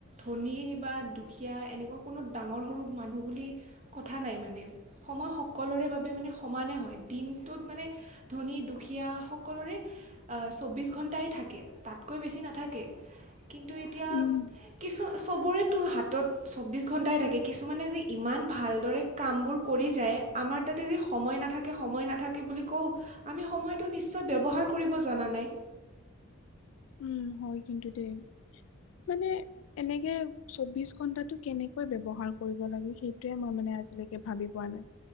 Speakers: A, on the right; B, on the left.
A: ধনীৰ বা দুখীয়া এনেকুৱা কোনো ডাঙৰ সৰু মানুহ বুলি কথা নাই মানে। সময় সকলোৰে বাবে মানে সমানে হয়, দিনটোত মানে ধনী দুখীয়া সকলোৰে চৌব্বিছ ঘণ্টাই থাকে, তাতকৈ বেছি নাথাকে। কিন্তু এতিয়া
B: উম
A: কিছু চবৰেতো হাতত চৌব্বিছ ঘণ্টাই থাকে কিছুমানে যে ইমান ভালদৰে কামবোৰ কৰি আমাৰ তাতে যে সময় নাথাকে সময় নাথাকে বুলি কওঁ আমি সময়টো নিশ্চয় ব্যৱহাৰ কৰিব জনা নাই।
B: উম হয় কিন্তু দেই, মানে এনেকে চৌবিশ ঘন্টাটো কেনেকৈ ব্যৱহাৰ কৰিব লাগে সেইটোয়ে মই মানে আজিলৈকে ভাবি পোৱা নাই।